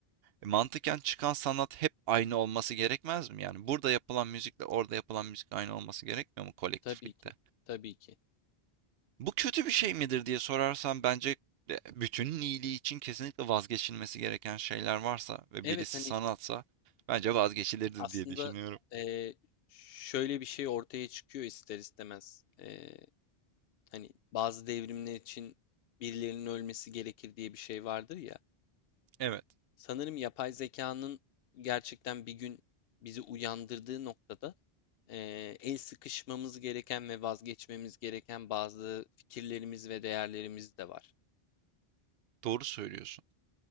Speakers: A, on the right; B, on the left.
A: E, mantıken çıkan sanat hep aynı olması gerekmez mi? Yani burada yapılan müzikle orada yapılan müzik aynı olması gerekmiyor mu kolektiflikte?
B: Tabii ki, tabii ki.
A: Bu kötü bir şey midir diye sorarsan bence e, bütünün iyiliği için kesinlikle vazgeçilmesi gereken şeyler varsa ve
B: Evet
A: birisi
B: hani
A: sanatsa bence vazgeçilirdi
B: Aslında
A: diye düşünüyorum.
B: eee, şöyle bir şey ortaya çıkıyor ister istemez. Eee, hani bazı devrimler için birilerinin ölmesi gerekir diye bir şey vardır ya.
A: Evet,
B: Sanırım yapay zekanın gerçekten bir gün bizi uyandırdığı noktada eee, el sıkışmamız gereken ve vazgeçmemiz gereken bazı fikirlerimiz ve değerlerimiz de var.
A: doğru söylüyorsun.